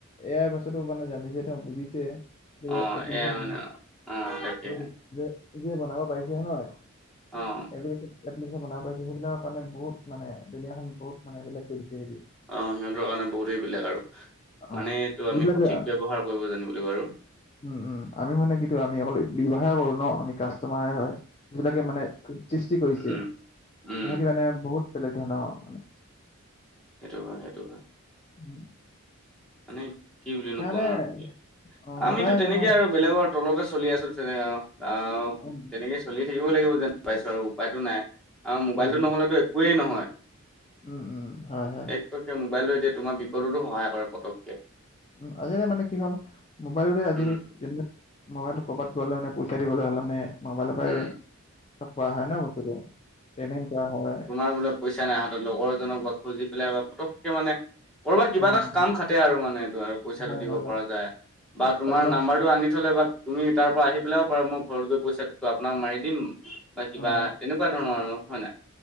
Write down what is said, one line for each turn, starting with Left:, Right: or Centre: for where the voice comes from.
Left: এ য়াই বস্তুটো জানিছে, তেওঁ বুজিছে যে
Centre: অ',
Left: এপ্লিকেশ্বনখন
Centre: এয়াই মানে অ', তাকে
Left: হেল্ল! যে যিয়ে বনাব পাৰিছে নহয়
Centre: অ',
Left: এনেই বনাব পাইছে সেইবিলাক কাৰণে বহুত মানে দুনীয়াখন বহুত মানে বেলেগ কৰি দিছে সেহতি।
Centre: অ সিহঁতৰ কাৰণে বহুতেই বেলেগ আৰু
Left: অ
Centre: মানে এইটো
Left: যিবিলাকে
Centre: আমি সঠিক ব্যৱহাৰ কৰিব জানিব লাগিব আৰু।
Left: উম উম আমি মানে কিতো আমি অকল ব্যৱহাৰ কৰো ন আমি কাষ্টমাৰহে হয়। যিবিলাকে মানে সৃষ্টি কৰিছে,
Centre: উম, উম,
Left: সিহঁতি মানে বহুত বেলেগ ধৰণৰ।
Centre: সেইটো হয় সেইটো হয়।
Left: উম।
Centre: মানে কি বুলিনো
Left: সিহঁতে
Centre: কম আৰু
Left: অ', সদায়
Centre: আমিতো তেনেকে
Left: মানে
Centre: আৰু বেলেগৰ তলতে চলি আছো। তেনে অহ
Left: উম,
Centre: তেনেকে চলি থাকিব লাগিব যেন পাইছো আৰু উপায়তো নাই। আৰু মোবাইলটো
Left: উম, উম,
Centre: নহলেতো একোৱেই নহয়।
Left: উম উম হয় হয়।
Centre: পতককে মোবাইলটো এতিয়া তোমাৰ বিপদতো সহায় কৰে পতককে।
Left: উম আজিকালি মানে কি হ'ল মোবাইলতে আজিকালি
Centre: উম,
Left: মোবাইলটো কৰবাত গ'লে মানে পইচা দিবলৈ হ'লে মানে মোবাইলৰ পৰাই
Centre: উম।
Left: চব কৰা হয় ন বস্তুটো, পেমেণ্ট কৰা হয়।
Centre: আ বোলে পইচা নাই হাতত, লগৰজনক বা খুজি পেলাই বা পতককে মানে কৰবাত কিবা
Left: অ',
Centre: এটা
Left: অ',
Centre: কাম খাতে আৰু মানে এইটো আৰু পইচাটো
Left: হয়,
Centre: দিব
Left: হয়।
Centre: পৰা যায়। বা তোমাৰ
Left: প্ৰব্লেম
Centre: নাম্বাৰটো আনি থলে বা তুমি তাৰ পৰা আহি পেলাইও পাৰা মই ঘৰত গৈ পইচাটো আপোনাক মাৰি দিম বা কিবা
Left: অ', অ',
Centre: তেনে ধৰণ আৰু হয় নাই।